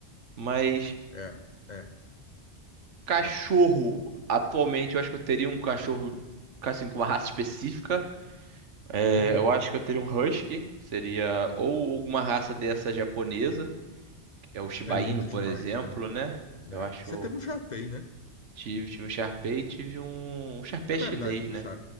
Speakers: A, on the right (about 85°); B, on the left (about 45°).
A: Mas
B: É, é,
A: cachorro,
B: é.
A: atualmente eu acho que eu teria um cachorro assim com uma raça específica. É,
B: Uhum.
A: eu acho que eu teria um husky, seria ou alguma raça dessa japonesa, que é o Shiba
B: É lindo
A: Inu, por
B: demais,
A: exemplo,
B: né?
A: né?
B: Né?
A: Eu acho
B: Você teve um chapéu, né?
A: tive tive um Shar Pei, tive um, um Shar Pei
B: É verdade
A: chinês,
B: que
A: né?
B: o Cha...